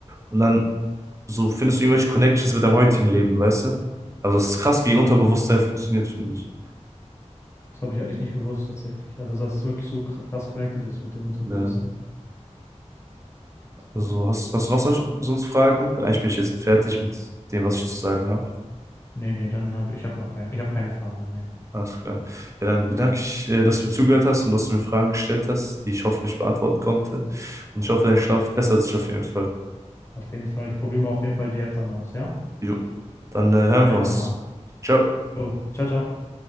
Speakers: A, on the right; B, on the left.
A: und dann so findest du irgendwelche Connections mit deinem heutigen Leben, weißt du? Also, es ist krass, wie Unterbewusstsein funktioniert, finde ich.
B: Das habe ich ehrlich nicht gewusst tatsächlich. Also, dass es wirklich so kr- krass connected ist mit dem Unterbewusstsein.
A: ja Also
B: Ja.
A: hast, hast du noch sonst, sonst Fragen? Weil eigentlich bin ich jetzt fertig mit dem, was ich zu sagen habe.
B: Nee, nee, dann habe ich habe noch keine, ich habe keine Fragen mehr. Nee.
A: Alles klar. Ja, dann bedanke ich, äh, dass du mir zugehört hast und dass du mir Fragen gestellt hast, die ich hoffentlich beantworten konnte. Und ich hoffe, dein Schlaf bessert sich auf jeden Fall.
B: Auf jeden Fall, ich probiere mal auf jeden Fall die App dann aus, ja?
A: Jo. Dann, äh, hören
B: Danke
A: wir uns.
B: nochmal.
A: Ciao.
B: So, ciao, ciao.